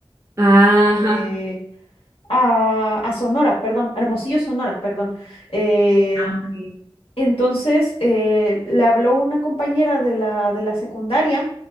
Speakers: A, on the right; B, on the left.
A: Ajá.
B: eh, a, a Sonora, perdón, a Hermosillo, Sonora, perdón. Eh,
A: Ah, ok.
B: entonces, eh, le habló una compañera de la, de la secundaria